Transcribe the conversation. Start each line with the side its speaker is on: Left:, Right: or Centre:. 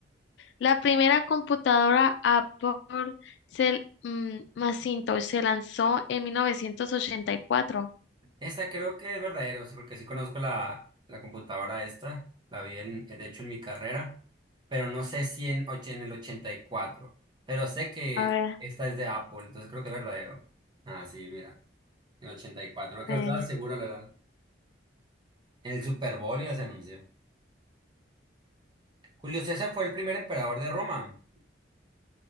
Left: La primera computadora Apple se, mm, Macintosh se lanzó en 1984.
Right: Esta creo que es verdadero, sí, porque sí conozco la, la computadora esta. La vi, en- de hecho, en mi carrera, pero no sé si en, och- en el ochenta y cuatro Pero sé que
Left: A ver,
Right: esta es de Apple, entonces creo que es verdadero. Ah, sí, mira. En el 84 no creo,
Left: eh,
Right: estaba seguro, la verdad. En el Super Bowl ya se anunció. Julio César fue el primer emperador de Roma.